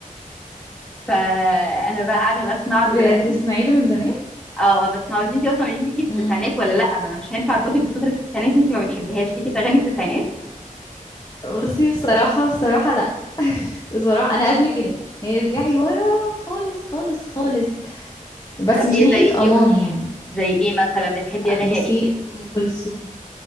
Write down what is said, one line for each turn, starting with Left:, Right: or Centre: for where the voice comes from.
Centre: فانا بقى قاعده بسمعه دلوقتي
Left: بتسمعي له <laughs> من زمان
Centre: اه آه، بس ما بس انتي اصلا قولي لي ليكي في التسعينات
Left: امم
Centre: ولا لا ما انا مش هينفع اربطك بفتره التسعينات انتي ما بتحبيهاش ليكي في اغاني التسعينات
Left: بصي بصراحة بصراحة لا <laughs> بصراحة أنا قبل كده يعني ارجعي ورا خالص خالص خالص بس
Centre: طب
Left: مش
Centre: ايه
Left: ناحية
Centre: زي ايه
Left: أمان
Centre: قولي
Left: يعني
Centre: لي زي ايه مثلا بتحبي اغاني
Left: بصي
Centre: ايه
Left: أم كلثوم